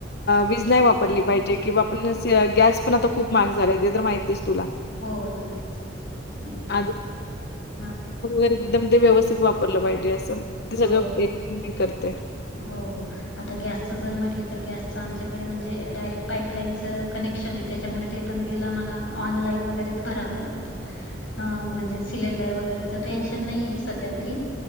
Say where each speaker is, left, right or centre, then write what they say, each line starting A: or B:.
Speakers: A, on the left; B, on the left.
A: वीज नाही वापरली पाहिजे किंवा आपण गॅस पण आता खूप महाग झाला ते तर माहिती आहे तुला,
B: हो नक्कीच माहिती
A: <inaudible>
B: हां,
A: एकदम ते व्यवस्थित वापरलं पाहिजे असं ते सगळं
B: हो,
A: एक <inaudible> करते.
B: हो आता गॅसचं जर म्हटलं तर गॅसच आमच्याकडे म्हणजे डायरेक्ट पाईपलाईनचं कनेक्शन आहे त्याच्यामुळे ते पण बिल आम्हाला ऑनलाईन वगैरेच भरावं लागत. ह म्हणजे सिलेंडर वगैरेच टेन्शन नाही आहे सध्या तरी